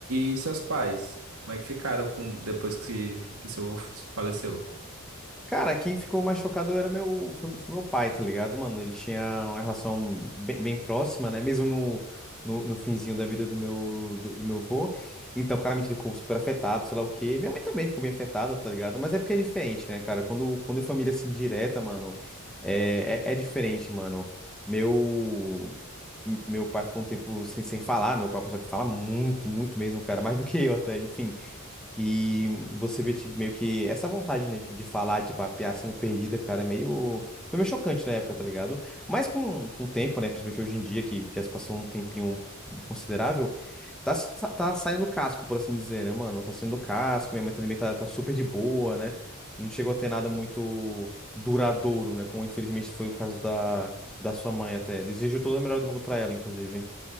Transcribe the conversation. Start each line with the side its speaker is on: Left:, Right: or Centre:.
Right: e, e seus pais, como é que ficaram com depois que, que seu avô faleceu?
Centre: Cara, quem ficou mais chocado era meu, foi, foi meu pai, tá ligado, mano? Ele tinha uma relação bem, bem próxima, né? Mesmo no, no, no finzinho da vida do meu, do, do meu avô. Então, claramente, ele ficou super afetado, sei lá o quê. Minha mãe também ficou bem afetada, tá ligado? Mas é porque é diferente, né, cara? Quando, quando é família assim direta, mano, é, é, é diferente, mano. Meu, m- meu pai ficou um tempo sem, sem falar, meu pai é uma pessoa que fala muito, muito mesmo, cara, mais do que eu até, enfim. E você vê, tipo, meio que essa vontade, né, de de falar, de papear sendo perdida, cara, é meio. Foi meio chocante na época, tá ligado? Mas com, com o tempo, né, principalmente hoje em dia, que já se passou um tempinho considerável, tá, se- tá saindo casco, por assim dizer, né, mano? Tá saindo casco, minha mãe também tá, tá super de boa, né? Não chegou a ter nada muito duradouro, né, como infelizmente foi o caso da, da sua mãe até. Desejo toda a melhor do mundo pra ela, inclusive.